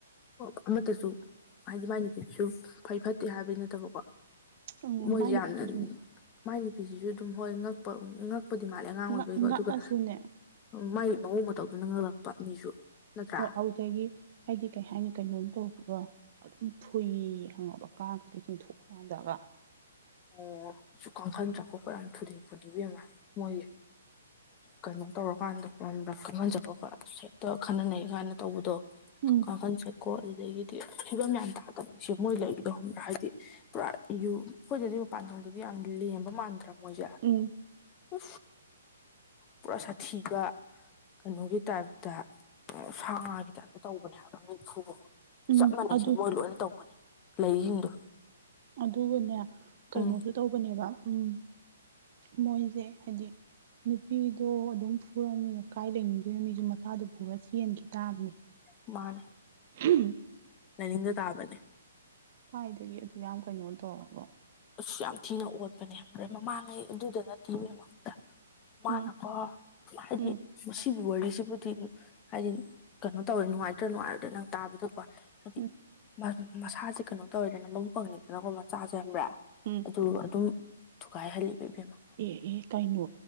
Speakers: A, on the left (about 20°); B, on the right (about 40°).
A: ꯑꯣ ꯑꯃꯠꯇꯁꯨ ꯍꯥꯏꯗꯤ ꯃꯥꯏ ꯅꯨ ꯐꯤꯠꯁꯨ ꯐꯩ ꯐꯠꯇꯦ ꯍꯥꯏꯕꯩ ꯅꯠꯇꯕꯀꯣ
B: ꯎꯝ
A: ꯃꯣꯏꯁꯦ
B: ꯃꯥꯏ ꯅꯨꯄꯤꯗꯨꯁꯨꯅꯦ
A: ꯌꯥꯝꯅ ꯃꯥꯏ ꯅꯨꯄꯤꯁꯤꯁꯨ ꯑꯗꯨꯝ ꯍꯣꯏ ꯉꯛꯄ ꯀꯛꯄꯗꯤ ꯃꯥꯜꯂꯦ ꯑꯉꯥꯡ
B: ꯉꯛ
A: ꯑꯣꯏꯕꯩꯀꯣ
B: ꯉꯛꯑꯁꯨꯅꯦ
A: ꯑꯗꯨꯒ ꯃꯥꯏ ꯃꯑꯣꯡ ꯃꯇꯧꯗꯨꯅ ꯉꯜꯂꯛꯄ ꯃꯤꯁꯨ ꯅꯠꯇ꯭ꯔꯥ
B: ꯍꯣꯏ ꯑꯗꯨꯗꯒꯤ ꯍꯥꯏꯗꯤ ꯀꯩ ꯍꯥꯏꯅꯤ ꯀꯩꯅꯣꯝ ꯇꯧꯕ꯭ꯔꯣ ꯑꯗꯨꯝ ꯐꯨꯏ ꯍꯪꯉꯕ ꯀꯥ ꯈꯛꯇ ꯆꯤꯡꯊꯣꯛꯑꯀꯥꯟꯗꯒ
A: ꯑꯣ ꯁꯨꯛ ꯈꯪ ꯈꯪꯗ꯭ꯔꯒꯨꯝꯕ꯭ꯔ ꯊꯨꯗꯦꯛꯄꯅꯤ‌ ꯏꯕꯦꯝꯃ ꯃꯣꯏꯒꯤ ꯀꯩꯅꯣ ꯇꯧꯔꯀꯥꯟꯗ ꯀ ꯈꯪꯍꯟꯖꯕꯒ ꯍꯦꯛꯇ ꯈꯟꯅ ꯅꯩꯅꯩ ꯀꯥꯏꯅ ꯇꯧꯕꯗꯣ
B: ꯎꯝ
A: ꯋꯥꯈꯟꯁꯦꯀꯣ ꯑꯗꯨꯗꯒꯤꯗꯤ ꯐꯤꯕꯝ ꯌꯥꯝ ꯇꯥꯗꯕꯅꯤꯁꯦ ꯃꯣꯏ ꯂꯩꯕꯗꯧ ꯈꯕ꯭ꯔꯥ ꯍꯥꯏꯗꯤ ꯄꯨꯔꯥ ꯌ ꯑꯩꯈꯣꯏꯗꯗꯤ ꯃꯄꯥꯟꯗꯣꯡꯗꯗꯤ ꯌꯥꯝ ꯂꯦꯝꯕ ꯃꯥꯟꯗ꯭ꯔꯥ ꯃꯣꯏꯁꯦ
B: ꯎꯝ
A: ꯎ ꯄꯨꯔꯥ ꯁꯥꯊꯤꯕ ꯀꯩꯅꯣꯒꯤ ꯇꯥꯏꯞꯇ ꯁꯥ ꯉꯥꯒꯤ ꯇꯥꯏꯞꯇ ꯇꯧꯕꯅꯦ ꯍꯥꯏꯕ ꯃꯤ ꯈꯨꯨꯕ ꯈꯣꯠꯄ
B: ꯎꯝ
A: ꯆꯞ ꯃꯥꯟꯅꯩꯁꯦ
B: ꯑꯗꯨ
A: ꯃꯣꯏ ꯂꯣꯏꯅ ꯇꯧꯕꯅꯦ ꯂꯩꯔꯤꯁꯤꯡꯗꯣ
B: ꯑꯗꯨꯕꯨꯅꯦ ꯀꯩꯅꯣꯁꯨ
A: ꯎꯝ
B: ꯇꯧꯕꯅꯦꯕ ꯎꯝ ꯃꯣꯏꯁꯦ ꯍꯥꯏꯗꯤ ꯅꯨꯄꯤꯗꯣ ꯑꯗꯨꯝ ꯄꯨꯔꯑꯅꯤꯅ ꯀꯥꯏ ꯂꯩꯅꯤꯡꯗꯣꯏꯅꯣ ꯃꯤꯁꯨ ꯃꯆꯥꯗꯨꯣ ꯄꯨꯔ ꯆꯦꯟꯈꯤ ꯇꯥꯕꯅꯤ
A: ꯃꯥꯅꯦ
B: ꯎꯝ
A: ꯂꯥꯏꯅꯤꯡꯗꯣ ꯇꯥꯕꯅꯦ
B: ꯈ꯭ꯋꯥꯏꯗꯒꯤ ꯑꯗꯨ ꯌꯥꯝ ꯀꯩꯅꯣ ꯇꯧꯔꯕ
A: ꯑ ꯌꯥꯝ ꯊꯤꯅ ꯑꯣꯠꯄꯅꯦ꯭ꯔꯦ ꯃꯃꯥꯡꯉꯩ ꯑꯗꯨꯗ ꯅꯠꯇꯦ ꯃ ꯃ ꯃꯥꯅꯀꯣ
B: ꯎꯝ
A: ꯍꯥꯏꯗꯤ
B: ꯎꯝ
A: ꯃꯁꯤꯒꯤ ꯋꯥꯔꯤꯁꯤꯕꯨꯗꯤ ꯍꯥꯏꯗꯤ ꯀꯩꯅꯣ ꯇꯧꯋꯦ ꯅꯨꯡꯉꯥꯏꯇ꯭ꯔ ꯅꯨꯡꯉꯥꯏꯔꯗ꯭ꯔ ꯅꯪ ꯇꯥꯕꯗꯀꯣ ꯍꯥꯏꯗꯤ
B: ꯎꯝ
A: ꯃꯁꯥꯁꯦ ꯀꯩꯅꯣ ꯇꯧꯋꯦꯗꯅ ꯃꯕꯨ ꯐꯪꯉꯤꯗꯅꯀꯣ ꯃꯆꯥꯁꯦ ꯍꯕ꯭ꯔꯥ
B: ꯎꯝ
A: ꯑꯗꯨ ꯑꯗꯨꯝ ꯊꯨꯒꯥꯏꯍꯜꯂꯤꯕꯕꯅꯣ
B: ꯑꯦ ꯑꯦ ꯀꯩꯅꯣ